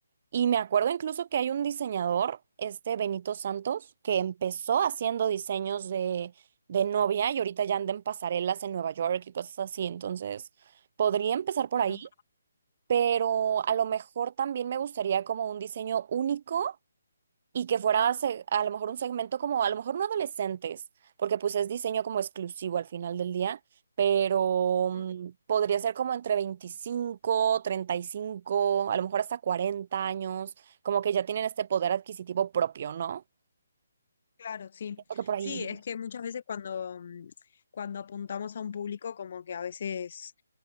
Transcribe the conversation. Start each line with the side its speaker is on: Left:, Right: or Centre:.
Right: Y me acuerdo incluso que hay un diseñador, este Benito Santos, que empezó haciendo diseños de, de novia y ahorita ya anda en pasarelas en Nueva York y cosas así, entonces podría empezar por
Left: Claro.
Right: ahí, pero a lo mejor también me gustaría como un diseño único y que fuera se- a lo mejor un segmento como, a lo mejor no adolescentes, porque pues es diseño como exclusivo al final del día, pero mm,
Left: Mm,
Right: podría ser como entre veinticinco treinta y cinco a lo mejor hasta 40 años, como que ya tienen este poder adquisitivo propio, ¿no?
Left: Claro, sí.
Right: Siento que por ahí
Left: Sí,
Right: iría.
Left: es que muchas veces cuando, mm, cuando apuntamos a un público, como que a veces